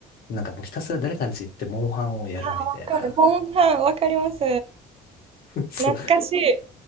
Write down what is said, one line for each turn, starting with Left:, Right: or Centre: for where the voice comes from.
Left: なんかもうひたすら誰かんち行ってモンハンをやるみたいな。
Right: あ、わかる。モンハン、わかります。
Left: <laughs> そう。
Right: 懐かしい。